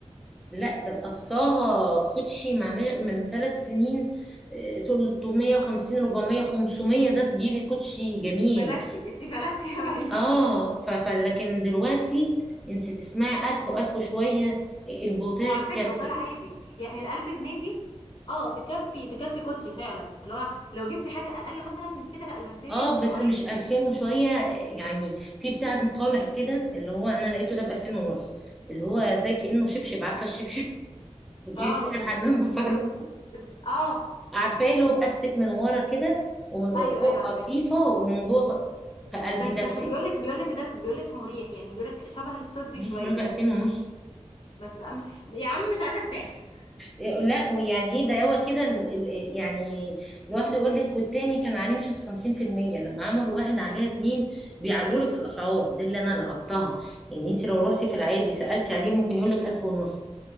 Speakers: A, in the centre; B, on the left.
A: لا كان اقصاها كوتشي مع من من ثلاث سنين آه، 350 400 500 ده تجيبي كوتشي جميل
B: فلتي انت فلتي يا مارينا
A: اه ف ف- لكن دلوقتي انت تسمعي 1000 و1000 وشويه آه، البوتات
B: وعلى فكرة
A: كانت
B: وده العادي يعني الألف جنيه دي اه تكفي تكفي كوتشي فعلا اللي هو لو جبتي حاجة أقل مثلا من كده لا الماتيريال
A: اه
B: بتبقى
A: بس
B: وحشة
A: مش 2000 وشويه آه، يعني في بتاع طالع كده اللي هو انا لقيته ده ب 2000 ونص اللي هو زي كانه شبشب عارفه الشبشب <laughs>
B: اه
A: دي شبشب حمام بفرو
B: بز... اه
A: عارفاه اللي
B: بالظبط
A: هو باستك من ورا كده ومن
B: ايوه
A: فوق
B: ايوه عارفاه
A: قطيفه ومن جوه ف- فقلبي
B: بس
A: دفي
B: بس بيقولك بيقولك ده بيقولك مريح يعني بيقولك شبه الطبي
A: ماشي
B: شوية
A: معايا ب 2000 ونص
B: بس لا م- يا عم مش عايزة ارتاح
A: إيه، لا ويعني ايه ده هو كده ال- ال- يعني لوحده يقول لك والتاني كان عليه مش في 50% لما عملوا واحد عليها اتنين بيعلوا لك في الاسعار دي اللي انا لقطتها يعني انت لو رحتي في العادي سالتي عليه ممكن يقول لك 1000 ونص